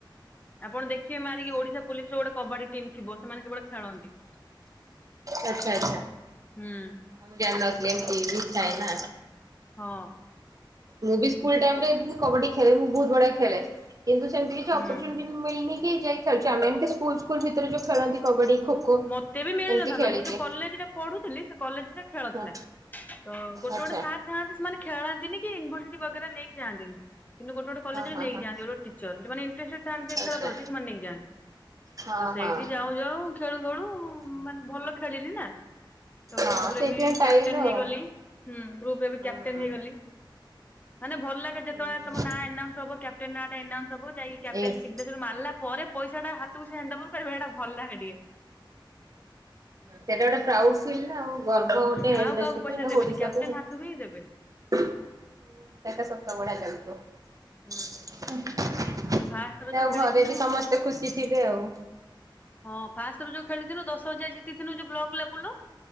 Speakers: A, on the left; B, on the right.
A: ଆପଣ ଦେଖିବେ ମାରିକି ଓଡ଼ିଶା ପୋଲିସି ର ଗୋଟେ କବାଡ଼ି ଟିମ୍ ଥିବ ସେମାନେ କେବଳ ଖେଳନ୍ତି।
B: ଆଚ୍ଛା ଆଚ୍ଛା
A: ହୁଁ
B: ମୁଁ ଜାଣିନଥିଲି ଏମିତି ଥାଏ ନା।
A: ହଁ।
B: ମୁଁ ବି ସ୍କୁଲ ଟାଇମ୍ ରେ କବାଡ଼ି ଖେଳେ ମୁଁ ବହୁତ୍ ବଢିଆ ଖେଳେ। କିନ୍ତୁ ସେମିତି କିଛି
A: ହୁଁ।
B: ଅପର୍ଚୁନିଟି ମିଳନି କି ଯାଇକି ଖେଳୁଛି ଆମେ ଏମିତି ସ୍କୁଲ ସ୍କୁଲ ଭିତରେ ଯୋଉ ଖେଳନ୍ତି କବାଡ଼ି ଖୋ।
A: ମତେ ବି ମିଳିନଥାନ୍ତା।
B: ଏମିତି ଖେଳିଛି
A: ନା ମୁଁ ଯୋଉ କଲେଜରେ ପଢୁଥିଲି ସେ କଲେଜରେ ଖେଳ
B: ହଁ
A: ଥିଲା ତ ଗୋଟେ
B: ଆଚ୍ଛା
A: ଗୋଟେ ସାର୍ ଥାନ୍ତି ସେମାନେ ଖେଳନ୍ତିନି କି ୟୁନିଭର୍ସିଟି ବଗରା ନେଇକି ଯାଆନ୍ତିନି। କିନ୍ତୁ ଗୋଟେ ଗୋଟେ କଲେରେ
B: ହଁ ହଁ
A: ନେଇକି
B: ହଁ।
A: ଯାନ୍ତି ଗୋଟେ ଟିଚର ଯୋଉ ମାନେ ଇଣ୍ଟେଷ୍ଟ୍ରେଡେ ଥାନ୍ତି
B: ଆଚ୍ଛା
A: ଖେଳ ପ୍ରତି ସେମାନେ ନେଇକି ଯାଆନ୍ତି।
B: ହଁ
A: ତ ସେଇଠି
B: ହଁ
A: ଯାଉ ଯାଉ ଖେଳୁ ଖେଳୁ ମାନେ ଭଲ ଖେଳିଲି ନା। ତ ଗ୍ରୁପ
B: ହଁ
A: ରେ
B: ସେଇଥିପାଇଁ
A: ବି
B: ପାଇଲ
A: କ୍ୟାପଟେନ
B: ଆଉ।
A: ହେଇଗଲି ହୁଁ ଗ୍ରୁପ ରେ ବି
B: ହୁଁ
A: କ୍ୟାପଟେନ ହେଇଗଲି। ମାନେ ଭଲ ଲାଗେ ଯେତବେଳେ
B: ହୁଁ
A: ତମ ନାଁ ଏନାଉନ୍ସୁ ହବ କ୍ୟାପ୍ଟେନେ ନା ଟା ଏନାଉନ୍ସ ହବ କ୍ୟାପଟେନ
B: ଏସ୍।
A: ସିଗନେ ଚର ମାରିଲା ପରେ ପଇସା ଟା ହାତକୁ ସିଏ ହାଣ୍ଡଭର କରିବ ସେଟା ଭଲ ଲାଗେ ଟିକେ।
B: ସେଟା ଗୋଟେ ପ୍ରାଉଡ ଫିଲ୍ ନା ଆଉ ଗର୍ବ
A: ହୁଁ
B: ଗୋଟେ
A: ଆଉ
B: ଦେଶ
A: କାହାକୁ ପଇସା
B: ପାଇଁ
A: ଦେବେନି
B: ଓଡ଼ିଶା
A: କ୍ୟାପ୍ଟେନ
B: ପାଇଁ।
A: ହାତକୁ ହିଁ ଦେବେ
B: ହୁଁ ସେଟା ସତ ଭଳିଆ ଲାଗୁଥିବ।
A: ହୁଁ।
B: ଯାହା
A: କିନ୍ତୁ ଫାଷ୍ଟ ଥର ଯୋଉ
B: ହଉ
A: ଖେଳିଥିନୁ
B: ଘରେ ବି ସମସ୍ତେ ଖୁସି ଥିବେ ଆଉ।
A: ହଁ ଫାଷ୍ଟ ରୁ ଯୋଉ ଖେଳିଥିଲୁ ଦଶ ହଜାର ଜିତିଥିଲୁ ଯୋଉ ବ୍ଲକ ଲେବୁଲରୁ।